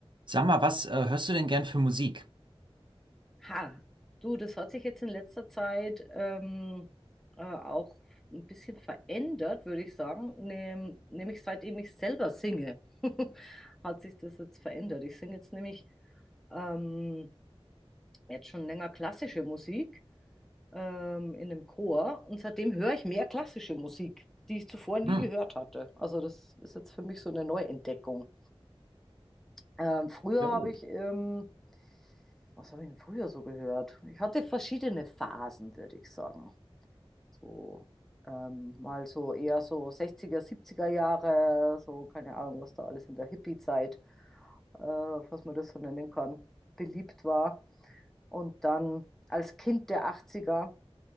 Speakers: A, on the right; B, in the centre.
A: Sag mal, was äh, hörst du denn gern für Musik?
B: Ha, du, das hat sich jetzt in letzter Zeit ähm, äh, auch ein bisschen verändert, würde ich sagen. Nehm, nämlich seitdem ich selber singe, <laughs> hat sich das jetzt verändert. Ich singe jetzt nämlich ähm, jetzt schon länger klassische Musik ähm, in einem Chor und seitdem höre ich mehr klassische Musik, die ich zuvor nie
A: Hm.
B: gehört hatte. Also das ist jetzt für mich so eine Neuentdeckung. Ähm, früher
A: Ja,
B: habe
A: oh.
B: ich, ähm, was habe ich denn früher so gehört? Ich hatte verschiedene Phasen, würde ich sagen. So, ähm, mal so eher so sechziger siebziger Jahre, so keine Ahnung, was da alles in der Hippie-Zeit, äh, was man das so nennen kann, beliebt war. Und dann als Kind der achtziger